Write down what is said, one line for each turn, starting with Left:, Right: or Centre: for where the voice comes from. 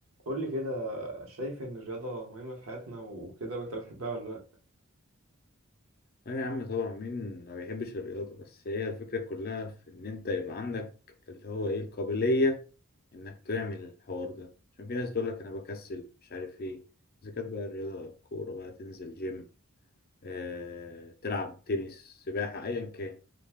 Right: قول لي كده شايف ان الرياضة مهمة في حياتنا وكده وانت بتحبها ولا لا
Left: لا يا عم طبعا مين ما بيحبش الرياضة بس هي الفكرة كلها في إن أنت يبقى عندك اللي هو إيه القابلية إنك تعمل الحوار ده عشان في ناس تقولك أنا بكسل مش عارف إيه إذا كانت بقى الرياضة كورة بقى تنزل جيم آه، تلعب تنس سباحة أيا كان